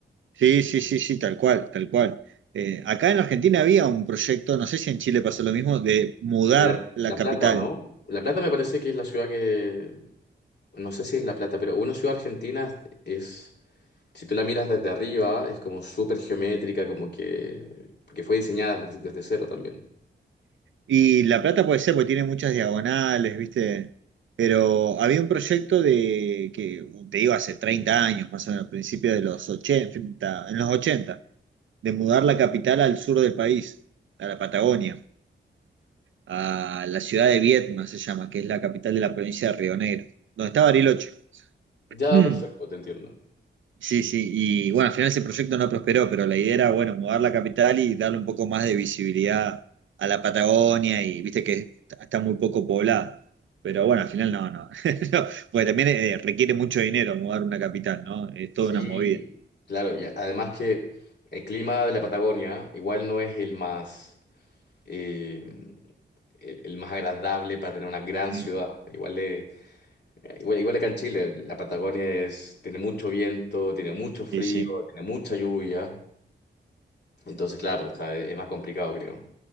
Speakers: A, on the right (about 85°); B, on the left (about 60°).
A: Sí, sí, sí, sí, tal cual, tal cual. Eh, acá en Argentina había un proyecto, no sé si en Chile pasó lo mismo, de mudar
B: De La,
A: la
B: La
A: capital.
B: Plata, ¿o no? La Plata me parece que es la ciudad que, no sé si es La Plata, pero una ciudad argentina es, si tú la miras desde arriba, es como súper geométrica, como que, porque fue diseñada desde, desde cero también.
A: Y La Plata puede ser porque tiene muchas diagonales, ¿viste? Pero había un proyecto de, que te digo, hace 30 años, más o menos, principio de los 80, en los 80, de mudar la capital al sur del país, a la Patagonia, a la ciudad de Viedma, se llama, que es la capital de la provincia de Río Negro, donde está Bariloche.
B: Ya,
A: <clears throat>
B: perfecto, te entiendo.
A: Sí, sí, y bueno, al final ese proyecto no prosperó, pero la idea era, bueno, mudar la capital y darle un poco más de visibilidad a la Patagonia y viste que está está muy poco poblada. Pero bueno, al final no, no. <laughs> No, porque también eh, requiere mucho dinero mudar una capital, ¿no? Es toda
B: Sí,
A: una movida.
B: claro, y a- además que el clima de la Patagonia igual no es el más, eh, el, el más agradable para tener una gran
A: Mm,
B: ciudad. Igual, le- eh, igual, igual que en Chile, la Patagonia es, tiene mucho viento, tiene mucho frío,
A: Sí, sí.
B: tiene mucha lluvia. Entonces, claro, o sea, es más complicado, creo.